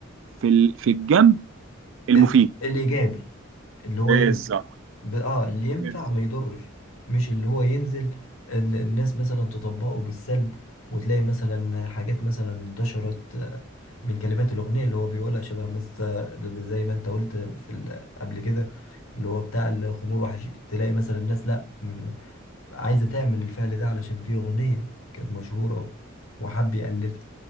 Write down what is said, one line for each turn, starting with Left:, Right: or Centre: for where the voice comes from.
Right: في ال... في الجنب المفيد
Left: ال- الايجابي اللي هو
Right: بالظبط
Left: ب... اه اللي ينفع
Right: بالظبط
Left: ما يضرش مش اللي هو ينزل ال- الناس مثلا تطبقه بالسلب وتلاقي مثلا حاجات مثلا انتشرت آه، من كلمات الأغنية اللي هو بيقولها شبه مثلا زي ما انت قلت في ال- قبل كده اللي هو بتاع الخمور وحش تلاقي مثلا الناس لا من... عايزة تعمل الفعل ده علشان في أغنية كانت مشهورة وحب يقلدها